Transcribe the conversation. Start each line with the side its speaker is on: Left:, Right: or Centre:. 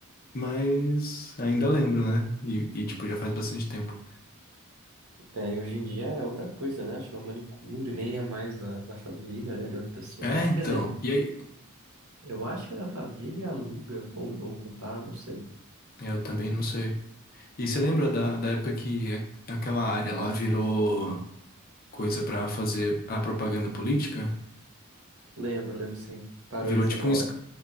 Left: mas ainda lembro, né? E, e tipo, já faz bastante tempo.
Right: É, e hoje em dia é outra coisa, né? Acho que é o manicure, nem é mais da, da família, né? De outra pessoa.
Left: É, então.
Right: Quer dizer,
Left: E aí,
Right: eu acho que é da família e aluga, ou, ou compara, não sei.
Left: É, Eu também não sei. E você lembra da, da época que a- aquela área lá virou coisa pra fazer a propaganda política?
Right: Lembro, lembro sim. Parou
Left: Virou
Right: de ser
Left: tipo
Right: loja.
Left: um, es-